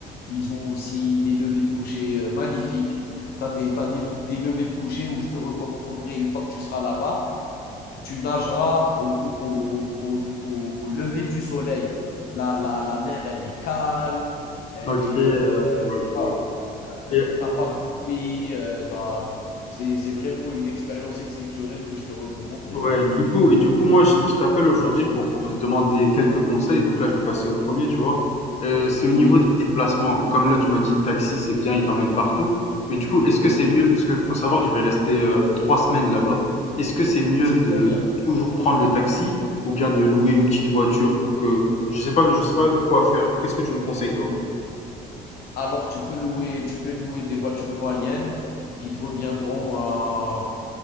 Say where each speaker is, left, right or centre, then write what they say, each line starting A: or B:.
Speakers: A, on the left; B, on the left.
A: Ils ont aussi des levées de coucher euh, magnifiques. Tu as des, t'as des, des levées de coucher où je te recommanderais, une fois que tu seras là-bas, tu nageras au, cou- au, au, au, au- au lever du soleil. La, la, la mer, elle est calme, elle
B: OK,
A: est...
B: ouais,
A: euh,
B: je vois, je
A: voilà.
B: vois. Et
A: T'as pas de bruit, heu, tu c'est c'est vraiment une expérience exceptionnelle que je te recommanderais,
B: ouais,
A: hein.
B: du coup, et du coup, moi, je, je t'appelle aujourd'hui pour, pour te demander quelques conseils. Donc là, je vais passer au premier, tu vois. Euh, c'est au niveau
A: Oui,
B: des déplacements. Comme là, tu m'as dit, le taxi, c'est bien, il t'emmène partout. Mais du coup, est-ce que
A: oui,
B: c'est mieux, parce que faut savoir que je vais rester euh, trois semaines là-bas. Est-ce que c'est mieux
A: c'est
B: de
A: très bien.
B: toujours prendre le taxi ou bien de louer une petite voiture pour que, je sais pas, je sais pas quoi faire. Qu'est-ce que tu me conseilles, toi?
A: Alors tu peux louer tu peux louer des voitures moyennes qui te reviendront à